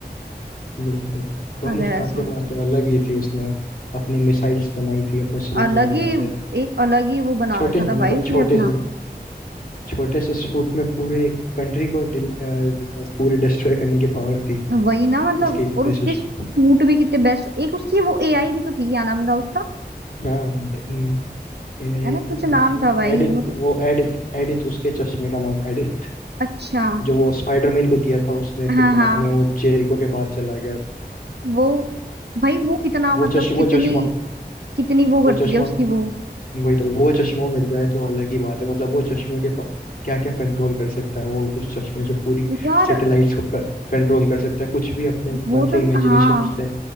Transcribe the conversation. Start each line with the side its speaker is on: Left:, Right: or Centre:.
Left: बिल्कुल टोनी
Right: अगर
Left: स्टार्क
Right: ऐसा
Left: के
Right: होता
Left: पास तो अलग ही थी उसने अपनी मिसाइल्स बनाई थी अपने सूट
Right: अलग
Left: बनाए
Right: ही
Left: थे
Right: एक अलग ही वो बना
Left: छोटे
Right: रखा था
Left: मतलब
Right: भाई उसने
Left: छोटे
Right: अपना
Left: से छोटे से सूट में पूरे एक कंट्री को डिल- अ, पूरे डिस्ट्रॉय करने की पावर थी
Right: वही ना मतलब
Left: उसके इतने
Right: और उसके
Left: से
Right: सूट
Left: suit।
Right: भी कितने बेस्ट एक उसकी वो एआई भी तो थी क्या नाम था उसका
Left: हाँ ड- ए,
Right: है ना
Left: का
Right: कुछ
Left: नाम
Right: नाम
Left: था
Right: था भाई
Left: एडिथ
Right: मतलब
Left: वो एडिथ एडिथ उसके चश्मे का नाम एडिथ
Right: अच्छा
Left: जो वो स्पाइडरमैन को दिया था उसने
Right: हाँ
Left: फिर
Right: हाँ
Left: बाद में वो जेरिको के पास चला गया था
Right: वो भाई वो कितना
Left: वो
Right: मतलब
Left: चश्मा वो
Right: कितनी
Left: चश्मा
Right: कितनी वो करती
Left: वो चश्मा
Right: है उसकी वो
Left: वही तो वो चश्मा मिल जाए तो अलग ही बात है मतलब वो चश्मे के क्या क्या कंट्रोल कर सकता है वो उस चश्मे से पूरी
Right: यार
Left: सैटेलाइट्स को कंट्रोल कर सकता है कुछ भी अपने
Right: वो
Left: मन से
Right: तो
Left: इमेजिनेशन
Right: हाँ
Left: से